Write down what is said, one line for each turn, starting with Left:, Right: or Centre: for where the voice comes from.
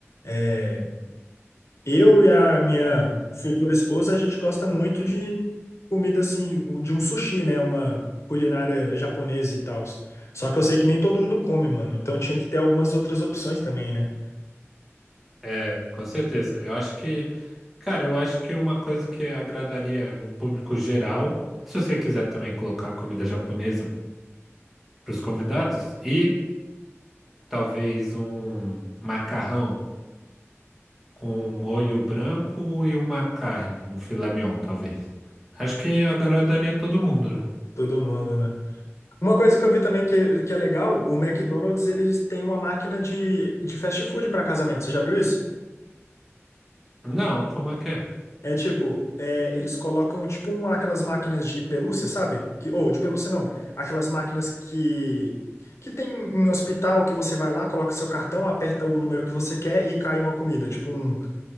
Left: é, Eu e a minha futura esposa, a gente gosta muito de comida assim, o- de um sushi, né? Uma culinária japonesa e tal. Só que eu sei que nem todo mundo come, mano. Então tinha que ter algumas outras opções também, né?
Centre: É, com certeza. Eu acho que, cara, eu acho que uma coisa que agradaria o público geral, se você quiser também colocar comida japonesa para os convidados, e talvez um macarrão com um molho branco e uma carne, um filé mignon, talvez. Acho que agradaria todo mundo, né?
Left: Todo mundo, né? Uma coisa que eu vi também que, que é legal, o McDonald's, eles têm uma máquina de, de fast food para casamento. Você já viu isso?
Centre: Não, como é que é?
Left: É tipo, é, eles colocam tipo um, aquelas máquinas de pelúcia, sabe? Que, ou de pelúcia não, aquelas máquinas que que tem em hospital que você vai lá, coloca seu cartão, aperta o número que você quer e cai uma comida, tipo um,